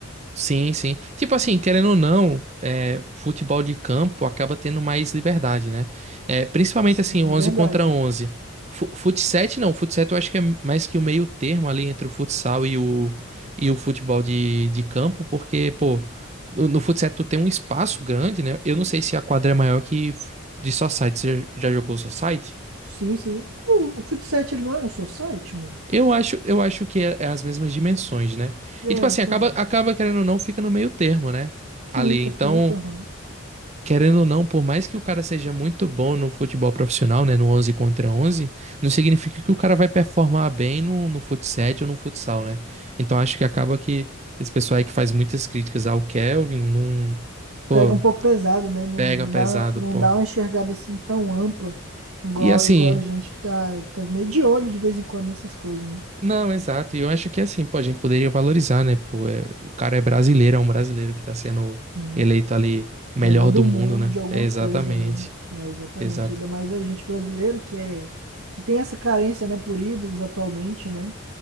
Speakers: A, on the right; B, on the right.
A: Sim, sim. Tipo assim, querendo ou não, é, futebol de campo acaba tendo mais liberdade, né? É, principalmente
B: Sim,
A: assim, onze
B: verdade.
A: contra onze Fu- Fut 7 não, fut 7 eu acho que é mais que o meio termo ali entre o futsal e o, e o futebol de, de campo, porque, pô, no, no fut 7 tu tem um espaço grande, né? Eu não sei se a quadra é maior que fu- de society. Você já já jogou society?
B: Sim, sim. O, o futsal, ele não é um society, mano?
A: Eu acho, eu acho que é, é as mesmas dimensões, né?
B: É,
A: E tipo
B: então.
A: assim, acaba, acaba querendo ou não, fica no meio termo, né?
B: Fica,
A: Ali, então.
B: fica, aham.
A: Querendo ou não, por mais que o cara seja muito bom no futebol profissional, né, no 11 contra 11, não significa que o cara vai performar bem no, no fut ou no futsal, né? Então acho que acaba que esse pessoal aí que faz muitas críticas ao Kelvin, não, pô,
B: pega um pouco pesado, né? Não,
A: pega
B: não
A: pesado,
B: dá, não
A: pô.
B: dá uma enxergada assim tão ampla, igual,
A: E assim,
B: igual a gente que tá, tá meio de olho de vez em quando nessas coisas, né?
A: não, exato, e eu acho que assim, pô, a gente poderia valorizar, né, pô, é- o cara é brasileiro, é um brasileiro que tá sendo
B: Hum.
A: eleito ali melhor
B: Melhor do
A: do
B: mundo
A: mundo, né?
B: de alguma
A: É, exatamente,
B: coisa, né? É, exatamente.
A: exato.
B: Ainda mais a gente brasileiro que é que tem essa carência, né, por ídolos atualmente, né?